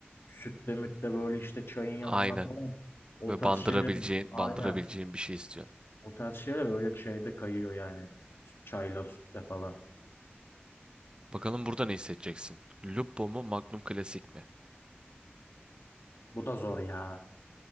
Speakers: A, on the left; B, on the right.
A: Sütle mütle böyle işte çayın yanında
B: Aynen.
A: falan. O
B: Böyle
A: tarz
B: bandırabileceğin,
A: şeyler. Aynen.
B: bandırabileceğin bir şey istiyorsun.
A: O tarz şeyler öyle şeyde kayıyor yani. Çayla sütle falan.
B: Bakalım burada ne hissedeceksin? Lupo mu, Magnum Klasik mi?
A: Bu da zor ya.